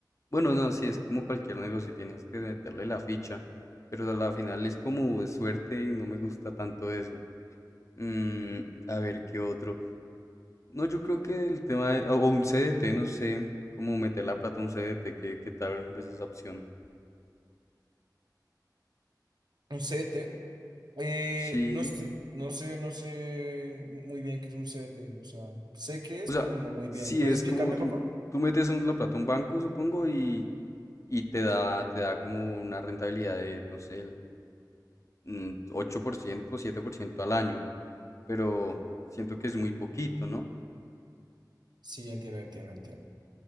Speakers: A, on the left; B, on the right.
A: bueno, no, sí, es como cualquier negocio, tienes que meterle la ficha. Pero a la final es como de suerte y no me gusta tanto eso. Mm, a ver, ¿qué otro? No, yo creo que el tema de- o un CDT, no sé cómo meter la plata a un CDT, qué, qué tal ves esa opción.
B: Un CDT, eh,
A: Sí,
B: no estoy- no sé, no sé muy bien qué es un CDT, o sea, sé qué es,
A: o sea,
B: pero no muy
A: sí
B: bien. ¿Puedes
A: es
B: explicarme,
A: como tú,
B: por favor?
A: tú metes un- la plata a un banco, supongo, y, y te da, te da como una rentabilidad de, no sé, el mm, ocho por ciento siete por ciento al año, pero siento que es muy poquito, ¿no?
B: Sí, entiendo, entiendo, entiendo.